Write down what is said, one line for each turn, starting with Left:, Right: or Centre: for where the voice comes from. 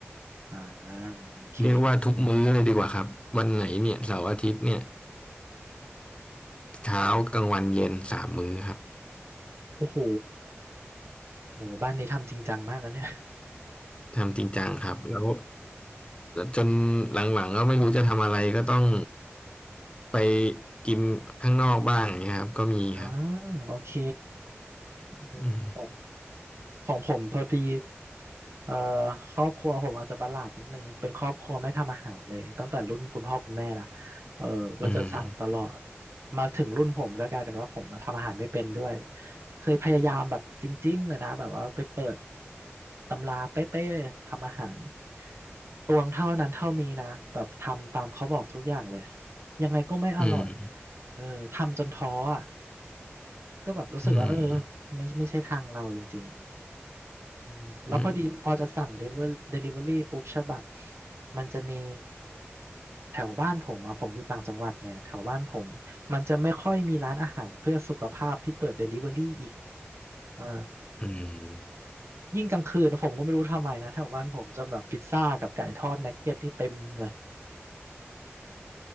Right: อ่าโอเค
Left: เรียกว่าทุกมื้อเลยดีกว่าครับวันไหนเนี่ยเสาร์อาทิตย์เนี่ยเช้ากลางวันเย็นสามมื้อครับ
Right: โอ้โหโหบ้านนี้ทำจริงจังมากนะเนี่ย
Left: ทำจริงจังครับแล้วจนหลังๆก็ไม่รู้จะทำอะไรก็ต้องไปกินข้างนอกบ้างอย่างเงี้ยครับก็มีครับ
Right: อ่าโอเคอืมของ
Left: อืม
Right: ของผมพอดี เอ่อครอบครัวผมอาจจะประหลาดนิดนึงเป็นครอบครัวไม่ทำอาหารเลยตั้งแต่รุ่นคุณพ่อคุณแม่ละเออก็จะสั่งตลอด
Left: อืม
Right: มาถึงรุ่นผมก็กลายเป็นว่าผมมาทำอาหารไม่เป็นด้วยเคยพยายามแบบจริงๆเลยนะแบบว่าไปเปิดตำราเป๊ะๆเลยทำอาหารตวงเท่านั้นเท่านี้นะแบบทำตามเขาบอกทุกอย่างเลยยังไงก็ไม่อร่อย
Left: อืม
Right: เออทำจนท้ออ่ะก็แบบรู้สึกว่าเออ
Left: อืม
Right: ไม่ไม่ใช่ทางเราจริง อืมแล้วพอดีพอจะสั่งเดลิเ
Left: อืม
Right: วอรี่ปุ๊บใช่ป่ะมันจะมีแถวบ้านผมอะผมอยู่ต่างจังหวัดไงแถวบ้านผมมันจะไม่ค่อยมีร้านอาหารเพื่อสุขภาพที่เปิดเดลิเวอรี่อีกเออ
Left: อืม
Right: ยิ่งกลางคืนผมก็ไม่รู้ทำไมนะแถวบ้านผมจะแบบพิซซ่ากับไก่ทอดนักเก็ตนี่เต็มเลย